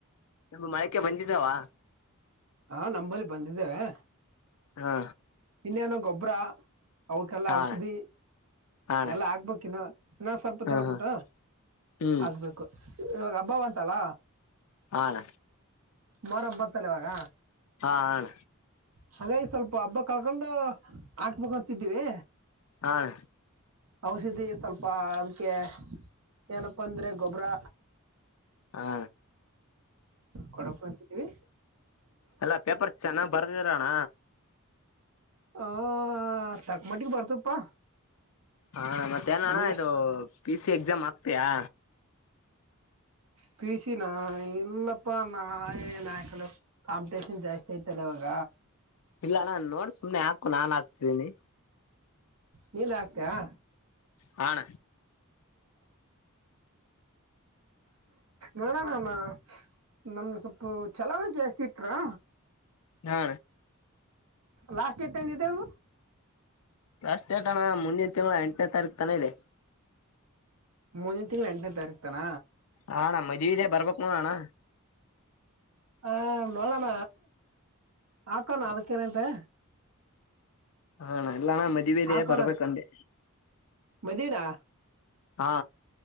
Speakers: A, on the left (about 70°); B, on the right (about 75°).
A: ನಿ ಮಳಕ್ಕೆ ಬಂದಿದ್ದಾವ
B: ಹಾ ನಂಬಲ್ಲಿ ಬಂದಿದ್ದೇವೆ
A: ಹಾ
B: ಇನ್ನೇನೋ ಗೊಬ್ಬ್ರ ಅವಕಲ್ಲ
A: ಹಾ
B: ಔಷಧಿ
A: ಹಣ
B: ಎಲ್ಲ ಆಗ್ಬೇಕ ಇನ್ನ ನಾ ಸ್ವಲ್ಪ
A: ಹಾ
B: ದಿನ ಬಿುಟ್ಟ
A: ಹಾ ಹ್ಮ್
B: ಆಗ್ಬೇಕು ಇವಾಗ ಹಬ್ಬ ಅಂತಲ್ಲ
A: ಹಣ
B: ಸುಮಾರು ಹಂಬತ್ತಲ್ಲಿ ಇವಾಗ
A: ಹಾ ಹಣ
B: ಹಾಗಾಗಿ ಸ್ವಲ್ಪ ಹಬ್ಬ ಕಾಕೊಂಡು ಹಾಕ್ಬೇಕ ಅಂತಿದ್ದೀವಿ
A: ಹಣ
B: ಔಷಧಿ ಸ್ವಲ್ಪ ಅದಕ್ಕೆ ಏನಪ್ಪಾ ಅಂದ್ರೆ ಗೊಬ್ಬರ
A: ಹಾ
B: ಕೊಡ ಕುಂತಿದ್ದೀವಿ
A: ಎಲ್ಲಾ ಪೇಪರ್ ಚೆನ್ನಾಗ್ ಬರ್ದಿರಣ್ಣ
B: ಹ ಚಕ್ಮಟ್ಟಿಗೆ ಬರ್ತಪ್ಪಾ
A: ಹ ಮತ್ತೆ ನ
B: ನಮ್ಗೆ
A: ಅಣ್ಣ
B: ಎಷ್ಟ್
A: ಇದು ಪಿ ಸಿ ಎಕ್ಸಾಮ್ ಆಗ್ತಯಾ
B: ಪೀಸಿನ್ ಇಲ್ಲಪ್ಪ ನಾಯ್ ನಾಯಕ ಕಾಂಪಿಟೇಷನ್ ಜಾಸ್ತಿ ಐತಲ್ಲ ಅವವಾಗ
A: ಇಲ್ಲಣ್ಣನ್ ನೋಡ್ ಸುಮ್ನೆ ಹಾಕು ನಾನ್ ಹಾಕ್ತಿದೀನಿ
B: ನೀನ್ ಆಗ್ತಯಾ
A: ಹಣ
B: ಗಡ ನಾಮ ನಮ್ಗೆ ಸ್ವಲ್ಪ ಚಲ ಜಾಸ್ತಿ ಇಟ್ರಾ
A: ಹಾ
B: ಲಾಸ್ಟ್ ಡೇಟ್ ಏಂದಿದೆೇ ಅದು
A: ಅಷ್ಟೇಟಣ ಮುಂದೆ ತಿಂಗಳು ಎಂಟನೇ ತಾರೀಕು ತನ ಇದೆ
B: ಮುಂದಿನ ತಿಂಗಳು ಎಂಟನೇ ತಾರೀಕು ತಾನ
A: ಹಣ್ಣ ಮದ್ದೆ ಬರ್ಬೇಕಕ್ ನ ಅಣ್ಣ
B: ಹ ನೋಡಣ ಹಾಕಣ ಅದಕ್ಕೇಏನಂತೆ
A: ಹಣ ಎಲ್ಲಣ ಮದ ಮೇದ
B: ಹಾಕೋಣ
A: ಬರ್ಬೇಕಂತೆೆ
B: ಮದುವೆನಾ
A: ಹಾ